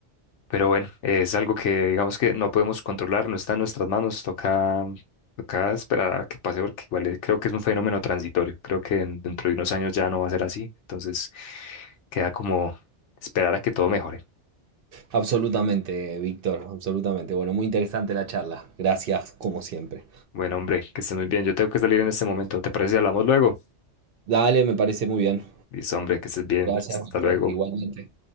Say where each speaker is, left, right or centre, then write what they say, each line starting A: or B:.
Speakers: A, on the left; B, on the right.
A: Pero bueno, eh, es algo que digamos que no podemos controlar, no está en nuestras manos, toca, toca esperar a que pase porque igual eh, creo que es un fenómeno transitorio, creo que en- dentro de unos años ya no va a ser así, entonces queda como esperar a que todo mejore.
B: absolutamente, Víctor, absolutamente. Bueno, muy interesante la charla. Gracias, como siempre.
A: Bueno, hombre, que estés muy bien, yo tengo que salir en este momento, ¿te parece si hablamos luego?
B: Dale, me parece muy bien.
A: Listo, hombre, que estés bien,
B: Gracias,
A: hasta
B: Víctor.
A: luego.
B: Igualmente.